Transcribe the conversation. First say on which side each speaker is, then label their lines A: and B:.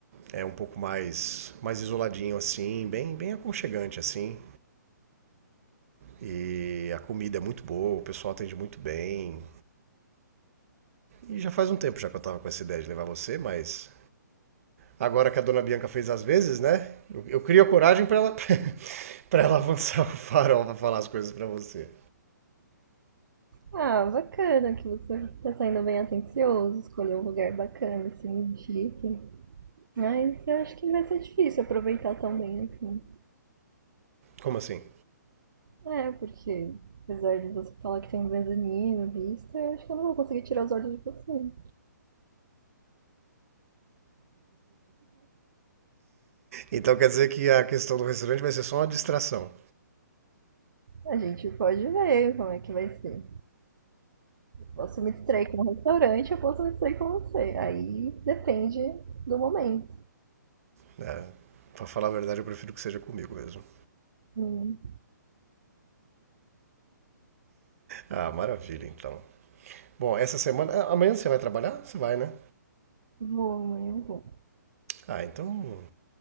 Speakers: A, on the right; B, on the right.
A: é um pouco mais mais isoladinho assim, bem bem aconchegante assim. E a comida é muito boa, o pessoal atende muito bem. E já faz um tempo já que eu tava com essa ideia de levar você, mas Agora que a dona Bianca fez as vezes, né? Eu, eu crio a coragem para ela <laughs> para ela avançar o farol para falar as coisas para você.
B: Ah, bacana que você tá saindo bem atencioso, escolheu um lugar bacana, assim, chique. Mas eu acho que vai ser difícil aproveitar tão bem assim.
A: Como assim?
B: É, porque apesar de você falar que tem um mezanino, vista, eu acho que eu não vou conseguir tirar os olhos de você.
A: Então quer dizer que a questão do restaurante vai ser só uma distração.
B: A gente pode ver como é que vai ser. Posso me distrair com o restaurante, eu posso me distrair com você. Aí depende do momento.
A: Né? Para falar a verdade, eu prefiro que seja comigo mesmo.
B: Hum,
A: Ah, maravilha, então. Bom, essa semana. ah, Amanhã você vai trabalhar? Você vai, né?
B: vou, amanhã eu vou.
A: Ah, então